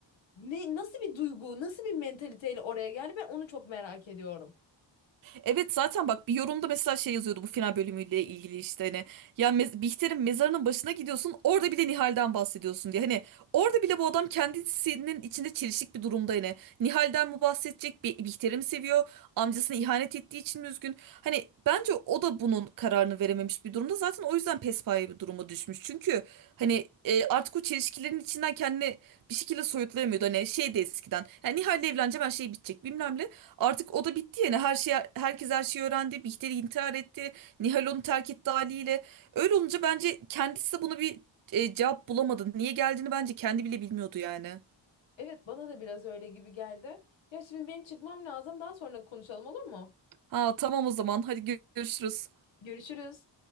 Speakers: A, on the left (about 85°); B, on the right (about 50°).
A: ne, nasıl bir duygu, nasıl bir mentaliteyle oraya geldi? Ben onu çok merak ediyorum.
B: Evet zaten bak bir yorumda mesela şey yazıyordu bu final bölümüyle ilgili işte hani ya Mez- Bihter'in mezarının başına gidiyorsun orada bile Nihal'den bahsediyorsun diye hani orada bile bu adam kendisinin içinde çelişik bir durumda hani Nihal'den mi bahsedecek bir Bihter'i mi seviyor amcasına ihanet ettiği için mi üzgün hani bence o da bunun kararını verememiş bir durumda zaten o yüzden pespaye bir duruma düşmüş çünkü hani e, artık o çelişkilerin içinden kendini bir şekilde soyutlayamıyordu hani şey de eskiden yani Nihal'le evleneceğim her şey bitecek bilmem ne Artık o da bitti yani her şey herkes her şeyi öğrendi. Bihter intihar etti. Nihal onu terk etti haliyle. Öyle olunca bence kendisi de bunu bir e, cevap bulamadı. Niye geldiğini bence kendi bile bilmiyordu yani.
A: Evet bana da biraz öyle gibi geldi. Ya şimdi benim çıkmam lazım. Daha sonra konuşalım olur mu?
B: Ha tamam o zaman hadi gö- görüşürüz.
A: Görüşürüz.